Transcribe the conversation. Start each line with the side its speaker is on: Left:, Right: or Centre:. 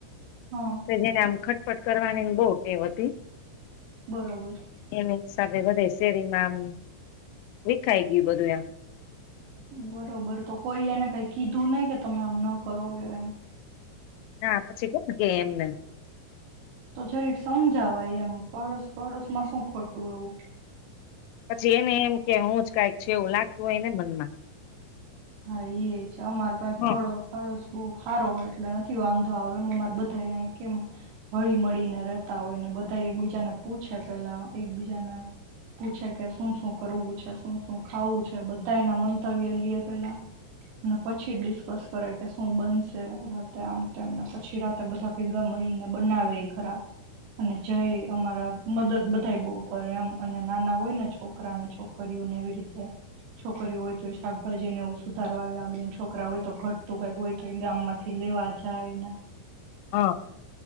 Right: હા
Left: <unintelligible> પટ કરવાની બહુ ટેવ હતી.
Right: બરોબર!
Left: એની સાથે બધે શેરીમાં આમ વિખાઈ ગયું બધું, એમ. <inaudible>
Right: બરોબર! તો કોઈ એને કઈ કીધું નહી, કે તમે આમ ન કરો કે કઈ.
Left: ના, પછી કોણ કેય એમને?
Right: તો જરીક સમજાવાય એમ. પડોશ પડોશ માં શું ખોટું એવું?
Left: પછી એને એમ કે, હું જ કંઈક છે. એવું લાગતું હોય ને મનમાં.
Right: <unintelligible>
Left: હ
Right: બહુ સારો હોય. એટલે નથી વાંધો આવે એમ અમારે બધા અહીયા કેમ હળી મળીને રહેતા હોય. ને બધા એકબીજાને પૂછે પેલા એકબીજાને પૂછે કે, શું શું કરવું છે? શું શું ખાવું છે? બધા એના મંતવ્ય લીએ. પહેલાં અને પછી ડિસ્કસ કરે કે, શું બનશે રાતે? આમ તેમ ને પછી રાતે બધા ભેગા મળીને બનાવેઈ ખરા. અને જઈ અમારા મદદ બધા બહુ કરે. એમ અને નાના હોય ને છોકરા અને છોકરીઓને એવી રીતે. છોકરીઓ હોય તે સા જેને એવું સુધારવા લાગે ને છોકરા હોય તો ઘટતું કઈક હોય તો એ ગામ માંથી લેવા જાયને.
Left: હા!